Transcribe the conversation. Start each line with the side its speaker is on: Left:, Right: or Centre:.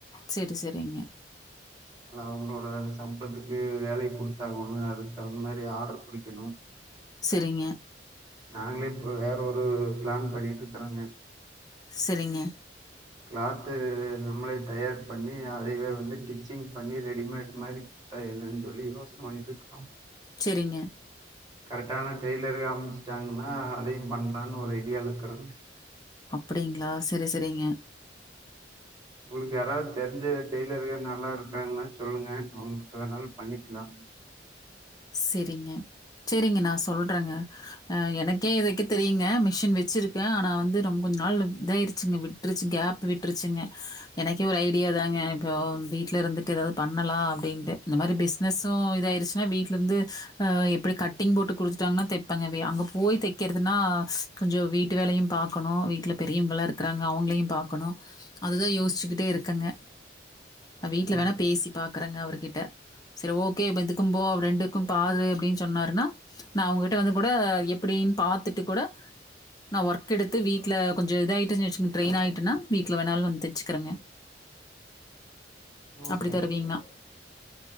Left: சரி, சரிங்க.
Right: எல்லா அவங்களோட சம்பளத்துக்கு வேலை குடுத்தாகணு அதுக்கு தகுந் மாரி ஆடர் புடிக்கணு
Left: செரிங்க
Right: நாங்களே இப்ப வேற ஒரு பிளான் பண்ணிட்டுருக்குறேங்க
Left: சரிங்க.
Right: க்ளாத்து நம்மளே தயார் பண்ணி அதைவே வந்து டிச்சிங் பண்ணி ரெடிமேட் மாரி ப் சொல்லி யோசன பண்ணிட்ருக்கிறோ
Left: செரிங்க
Right: கரெக்டான டெய்லரு அமஞ்சுட்டாங்கன்னா அதையு பண்ணலான்னு ஒரு ஐடியால இருக்குறோங்க
Left: அப்படிங்ளா செரி செரிங்க
Right: உங்ளுக்கு யாராவ்து தெரிஞ்ச டெய்லரு நல்லா இருக்காங்ன்னா சொல்லுங்க அவுங்கிட்ட வேணாலு பண்ணிக்கலாம்
Left: செரிங்க செரிங்க நா சொல்றேங்க அ எனக்கே தெக்கே தெரியுங்க மிஷின் வச்சிருக்கே ஆனா வந்து ரொம் கொஞ்ச் நாள் இதாயிருச்சுங்க விட்ருச்சு கேப் விட்ருச்சுங்க எனக்கே ஒரு ஐடியா தாங்க இப்போ வீட்ல இருந்துட்டு எதாவ்து பண்ணலா அப்டின்ட்டு இந்த மாரி பிஸ்னஸு இதாயிருச்சுன்னா வீட் ல இருந்து அ எப்படி கட்டிங் போட்டு குடுத்துட்டாங்கன்னா தெப்பங்க அங்க போய் தெக்கிறதுனா கொஞ்சோ வீட்டு வேலயு பாக்கணு வீட்டல பெரியவங்கா ல இருக்றாங்க அவங்களையு பாக்கணு அதுதா யோசிச்சுக்கிட்டே இருக்கங்க நா வீட்ல
Right: அப்படிங்களா
Left: வேணா பேசி பாக்குறேங்க அவருகிட்ட சரி ஓகே இப்ப இதுக்கும்போ ரெண்டு க்கும்பாது அப்டின்னு சொன்னாருன்னா நான் அவகிட்ட வந்து கூட எப்டின்னு பாத்துட்டு கூட நான் ஒர்க் எடுத்து வீட்ல கொஞ்சோ இதாயிட்டேனா வெச்சு ட்ரெயின் ஆயிட்டேன்னா வீட்ல வேணாலும் வந்து தெச்சுக்கிறங்க
Right: ஓகேங்க
Left: அப்டி தருவீங்னா